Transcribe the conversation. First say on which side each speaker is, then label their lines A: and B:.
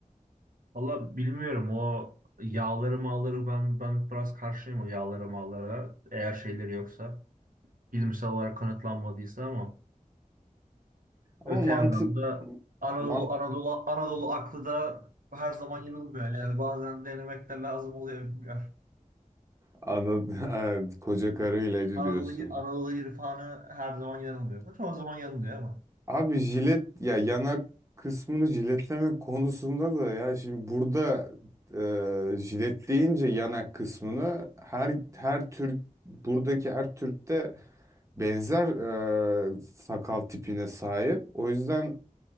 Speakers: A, on the right; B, on the right.
A: valla bilmiyorum o yağları mağları ben ben biraz karşıyım o yağları mağlara eğer şeyleri yoksa bilimsel olarak kanıtlanmadıysa ama
B: Ama
A: Öte
B: mantı
A: yandan da Anadolu
B: mantıklı
A: Anadolu Anadolu aklı da her zaman yanılmıyor. Yani bazen denemek de lazım oluyor bilmiyorum.
B: Anladım. <laughs> Koca karı ilacı
A: Anadolu
B: diyorsun.
A: Anadolu irfanı her zaman yanılmıyor. Bu Çoğu zaman yanılıyor ama.
B: Abi jilet ya yanak kısmını jiletleme konusunda da ya şimdi burada e, jiletleyince yanak kısmını her her Türk buradaki her Türk'te benzer e, sakal tipine sahip. O yüzden